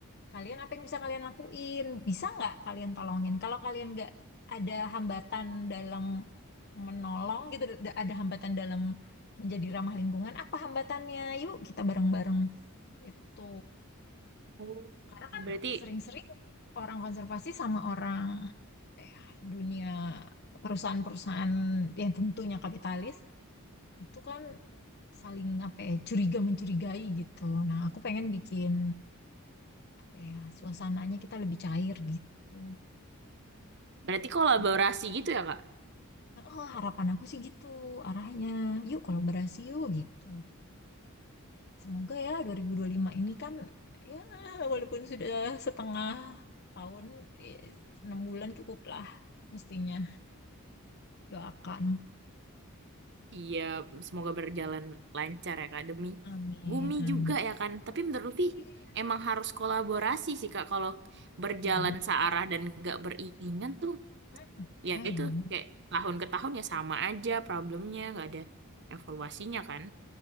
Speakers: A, on the left; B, on the right.
A: kalian apa yang bisa kalian lakuin? Bisa nggak kalian tolongin? Kalau kalian nggak ada hambatan dalam menolong gitu, da- ada hambatan dalam menjadi ramah lingkungan, apa hambatannya? Yuk kita bareng-bareng gitu.
B: Oh.
A: Karena
B: Berarti
A: kan sering-sering orang konservasi sama orang eh, dunia perusahaan-perusahaan yang tentunya kapitalis itu kan saling apa ya curiga mencurigai gitu. Nah, aku pengen bikin apa ya suasananya kita lebih cair gitu.
B: berarti kolaborasi
A: Tahun-
B: gitu ya Kak?
A: Oh, harapan aku sih gitu arahnya. Yuk kolaborasi yuk gitu. Semoga ya dua dua ribu dua puluh lima ini kan ya walaupun sudah setengah tahun eh, enam bulan cukup lah mestinya doakan.
B: Iya, semoga berjalan lancar ya Kak demi
A: Amin,
B: bumi
A: amin.
B: juga ya kan. Tapi menurut Lutfi
A: Iya,
B: emang harus kolaborasi sih Kak kalau berjalan
A: itu.
B: searah dan nggak beriringan tuh
A: Mm,
B: ya
A: Emang
B: itu kayak tahun ke tahun ya sama aja problemnya nggak ada evaluasinya kan.